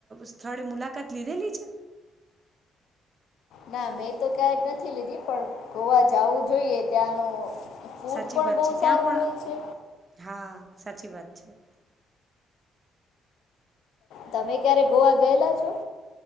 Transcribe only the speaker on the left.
ના મેં તો ક્યારેક નથી લીધી પણ ગોવા જવું જોઈએ ત્યાંનું ફૂડ
પણ
બહુ
સારું
હોય છે.
તમે ક્યારે ગોવા ગયેલા છો?